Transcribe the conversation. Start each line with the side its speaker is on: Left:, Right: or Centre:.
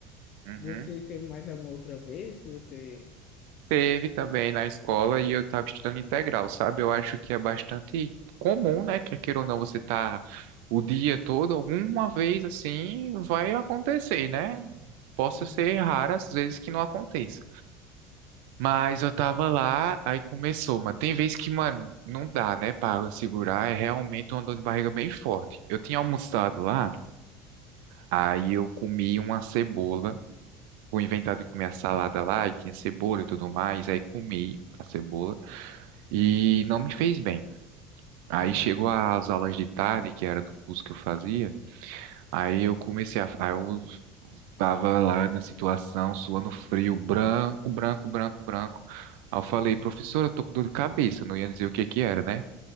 Right: Uhum.
Left: Você teve mais alguma outra vez que você.
Right: Teve também na escola e eu estava estudando integral, sabe? Eu acho que é bastante comum, né? Que queira ou não você tá o dia todo, alguma vez assim vai acontecer, né? Posso
Left: Uhum,
Right: ser raro às vezes que não aconteça. Mas eu tava lá, aí começou, mano. Tem vezes que, mano, não dá, né, para segurar. É realmente uma dor de barriga bem forte. Eu tinha almoçado lá, aí eu comi uma cebola. Vou inventar de comer a salada lá e tinha cebola e tudo mais. Aí comi a cebola e não me fez bem. Aí
Left: uhum,
Right: chegou as aulas de tarde, que era do curso que eu fazia. Aí eu comecei a. Aí eu tava lá na situação, suando frio, branco, branco, branco, branco. Aí eu falei, professora, eu tô com dor de cabeça. Eu Não ia dizer o que que era, né?